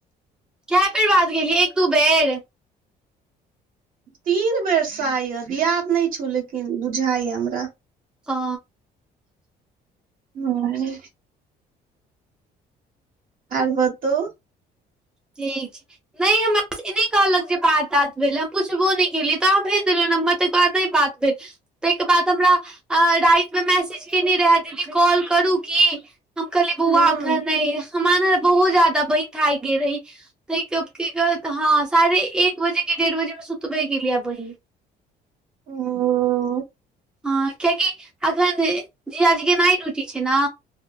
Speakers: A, in the centre; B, on the right.
A: कए बेर बाद गेलियै एक दू बेर
B: तीन बेर शायद याद नहि छौ लेकिन बुझाइय हमरा
A: ओ
B: ह आर बतौ।
A: ठीक छै। नहि हमरा ई नहि कहलक जे बात तात भेले हम पुछबो नहि केलियै त अहाँ भेज देलियै न साफे बात अछि। ताहिके बाद हमरा रातिमे मैसेज केने रहय दीदी कॉल करू की? हम कहलियै बौआ
B: हूँ
A: अखैन नहि हमरा ने बहुत ज्यादा बहिन थाकि गेल रही। त कि कहु हँ साढ़े एक बजे के डेढ़ बजे मे सुतबे केलियै बहिन
B: ओ।
A: हँ कियाकि अखन जीजाजी के ओनैये डयूटी छै ने।